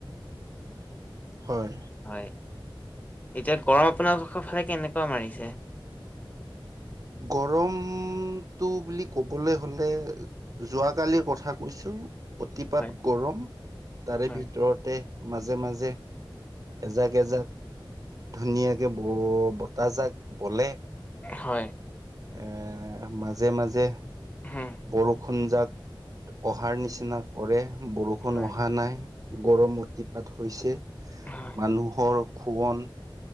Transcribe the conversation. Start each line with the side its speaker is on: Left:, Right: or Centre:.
Left: <inaudible>
Right: হয়।
Left: হয়। এতিয়া গৰম আপোনালোকৰ ফালে কেনেকুৱা মাৰিছে?
Right: গৰম টো বুলি ক'বলে হলে- যোৱাকালিৰ কথা কৈছো, অতিপাত
Left: হয়,
Right: গৰম তাৰে
Left: হয়।
Right: ভিতৰতে- মাজে মাজে এজাক এজাক- ধুনীয়াকে ব বতাহজাক বলে।
Left: হয়।
Right: এ মাজে মাজে-
Left: হুম।
Right: বৰষুণ জাক অহাৰ নিচিনা কৰে বৰষ- ষুণ
Left: হয়।
Right: অহা নাই গৰম অতিপাত হৈছে
Left: হয়,
Right: মানুহৰ খোৱন-